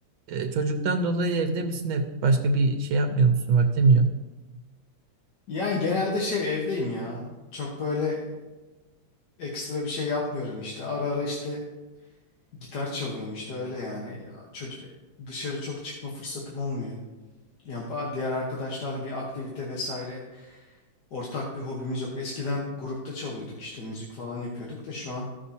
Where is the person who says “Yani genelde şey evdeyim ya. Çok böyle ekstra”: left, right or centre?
Left